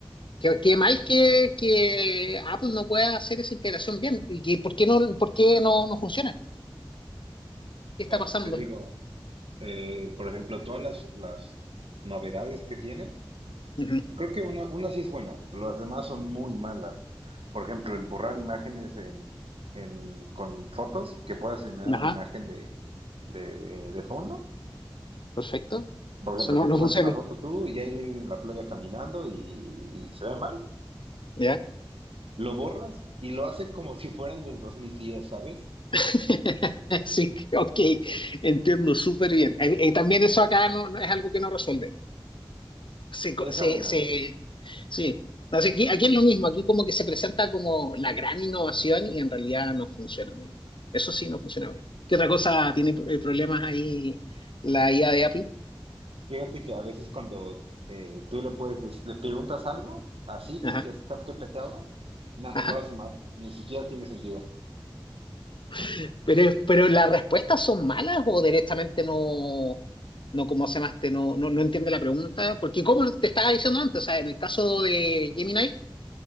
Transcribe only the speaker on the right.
Pues
te digo, eh, por ejemplo, todas las, las novedades que tiene,
Creo que una, una sí es buena, las demás son muy malas. Por ejemplo, el borrar imágenes en, en- con fotos, que puedas eliminar
una imagen de, de, de fondo.
Por ejemplo,
que tomaste
una foto tú y hay alguien en la playa caminando y, y se ve mal.
Lo borras y lo hace como si fuera en el 2010, ¿sabes?
Esa
una.
Fíjate que a veces cuando eh, tú le puedes, des- le preguntas algo a Siri,
que es ChatGPT ahora, no,
lo hace mal, ni siquiera tiene sentido.